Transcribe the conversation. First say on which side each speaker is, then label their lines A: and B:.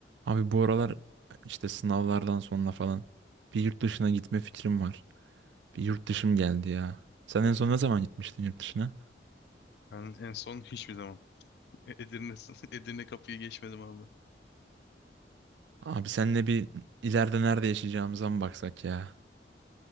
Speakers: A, on the right (about 80°); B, on the left (about 65°).
A: Abi bu aralar işte sınavlardan sonra falan bir yurt dışına gitme fikrim var. Bir yurt dışım geldi ya. Sen en son ne zaman gitmiştin yurt dışına?
B: Ben en son hiçbir zaman E- Edirne, <laughs> Edirne kapıyı geçmedim abi.
A: Abi senle bir ileride nerede yaşayacağımıza mı baksak ya?